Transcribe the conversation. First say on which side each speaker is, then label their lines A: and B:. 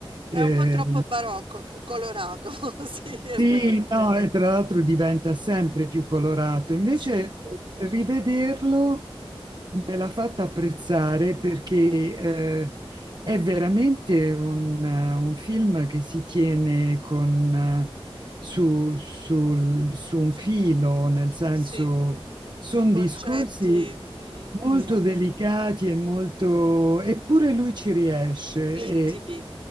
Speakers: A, on the right (about 65°); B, on the right (about 50°).
A: È
B: Sì. eh,
A: un po' troppo barocco, c colorato, <laughs> sì, è
B: sì,
A: vero.
B: no, e tra l'altro diventa sempre più colorato. Invece
A: Sì,
B: eh, rivederlo me l'ha fatta apprezzare perché eh, è veramente un, eh, un film che si tiene con, eh, su, sul- su un
A: su
B: filo, nel senso
A: sì,
B: sono
A: su concetti
B: discorsi
A: mh-mh, esatto.
B: molto delicati e molto... eppure lui ci riesce
A: Intimi.
B: e,